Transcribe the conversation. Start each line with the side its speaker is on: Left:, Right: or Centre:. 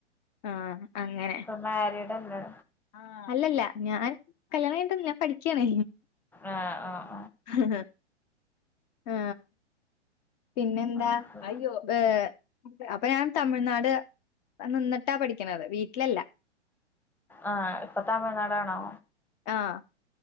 Left: ആഹ് അങ്ങനെ
Centre: ഇപ്പൊ മാരീഡല്ലേ
Left: ആ അല്ലല്ല ഞാൻ കല്യാണം കഴിഞ്ഞ്ട്ടൊന്നുല്ല ഞാൻ പഠിക്കുകാണ്
Centre: ആഹ ആ
Left: ഹഹ് ആ പിന്നെ എന്താ
Centre: ഓക്കെ.
Left: അയ്യോ ബെ അപ്പൊ ഞാൻ തമിഴ്നാട് നിന്നിട്ടാ പഠിക്കണത് വീട്ടിലല്ല
Centre: ആഹ ഇപ്പ തമഴനാടാണോ
Left: ആഹ